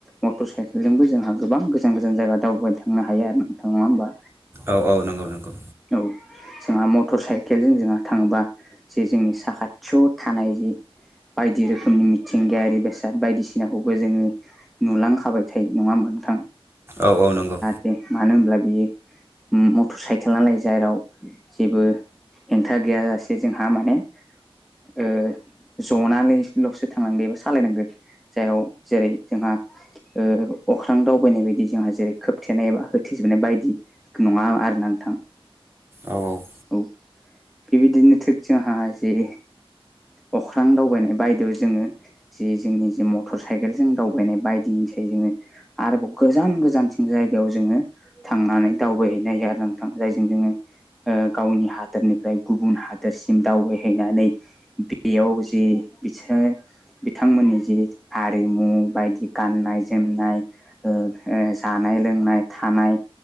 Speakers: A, in the centre; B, on the right.
A: मटर साइकेलजोंबो जोंहा गोबां गोजान गोजान जायगा दावबायनो थांनो हायो आरो नोंथां नङा होमबा।
B: औ औ नंगौ नंगौ।
A: औ जोंहा मटर साइकेलजों जोंहा थाङोबा। जे जोंनि साखाथियाव थानाय जि। बायदि रोखोमनि मिथिंगायारि बेसाद बायदिसिनाखौबो जोङो। नुलांखाबाय थायो नङा होनबा नोंथां।
B: औ औ नंगौ।
A: दे मानो होनब्ला बेयो उम मटर साइकेला लाइजाराव। जेबो हेंथा गैया जासे जोंहा माने ओ। जनानैल'सो थांनांगौ एबा सालायनांगौ जायहाव जेरै जोंहा। ओ अख्रां दावबायनाय बायदि जोंहा जेरै खोबथेनाय बा होथे जोबनाय बायदि। नङा आरो ना नोंथां।
B: औ औ।
A: औ बेबायदिनो थिक जोंहा जि। अख्रां दावबायनाय बायदियाव जोङो। जे जोंनि जे मटर साइकेल जों दावबायनाय बायदिनिसाय जोङो। आरोबाव गोजान गोजानसिन जायगायाव जोङो थांनानै दावबायहैनाय जागोन। थां जायजों जोङो ओ गावनि हादोरनिफ्राय गुबुन हादोरसिम दावबायहैनानै। बेयाव जे बिसाय। बिथांमोननि जि हारिमु बायदि गाननाय जोमनाय। ओ ओ जानाय लोंनाय थानाय